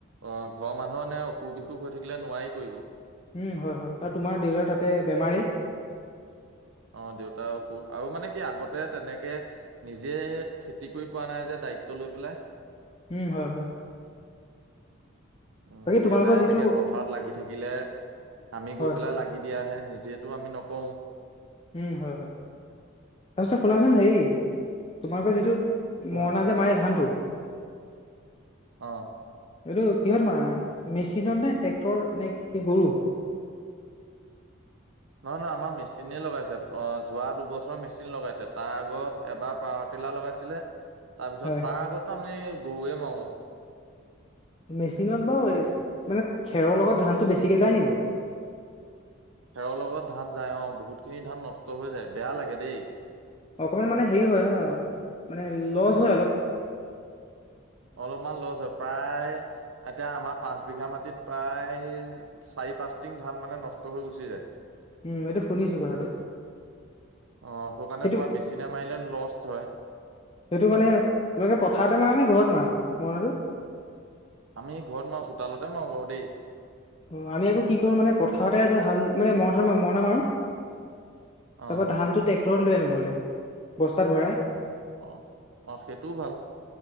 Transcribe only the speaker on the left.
উম, হয়, হয়, তাৰ তোমাৰ দেউতাৰ তাতে বেমাৰী।
উম, হয়, হয়।
বাকী
তোমালোকৰ যিটো
হয়
উম, হয়, হয়, তাৰপিছত শুনাচোন হেৰি তোমালোকৰ যিটো
মৰণা যে মাৰে ধানটো
এইটো কিহত মাৰে মেচিনত নে ট্ৰেক্টৰ নে কি গৰু?
হয়
মেচিনত বাৰু এই মানে খেৰৰ লগত ধানটো বেছিকে যায় নি বাৰু?
অকণমান মানে হেৰি হয় নহয় মানে লছ হয় অলপ।
উম এইটো শুনিছো কথাটো
সেইটো
সেইটো মানে তোমোকে পথাৰতে মাৰা নে ঘৰত মাৰা মৰণাটো?
অ, আমি আকৌ কি কৰো মানে পথাৰতে আৰু ভাল মানে ম মৰণা মাৰো।
তাৰ পৰা ধানটো ট্ৰেক্টৰত লৈ আনো ঘৰলে বস্তাত ভৰাই।